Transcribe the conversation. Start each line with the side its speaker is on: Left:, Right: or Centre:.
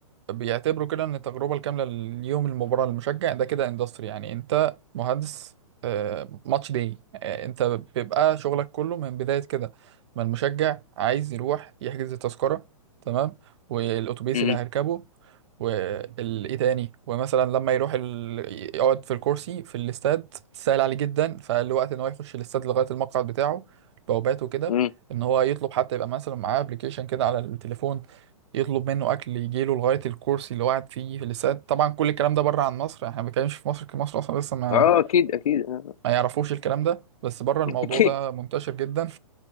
Right: بيعتبروا كده ان التجربه الكامله ليوم المباراه للمشجع ده كده اندستري يعني انت مهندس آه، ماتش داي آه، انت بيبقى شغلك كله من بدايه كده ما المشجع عايز يروح يحجز التذكره تمام والاتوبيس
Left: امم
Right: اللي هيركبه وايه تاني ومثلا لما يروح ال... يقعد في الكرسي في الاستاد سهل عليه جدا فالوقت ان هو يخش الاستاد لغايه المقعد بتاعه بواباته كده
Left: امم
Right: ان هو يطلب حتى يبقى مثلا معاه ابلكيشن كده على التليفون يطلب منه اكل يجي له لغايه الكرسي اللي قاعد فيه في الاستاد طبعا كل الكلام ده بره عن مصر يعني احنا ما بنتكلمش في مصر مصر اصلا لسه ما
Left: اه اكيد اكيد آه،
Right: ما يعرفوش الكلام ده بس بره الموضوع
Left: <laughs> اكيد
Right: ده منتشر جدا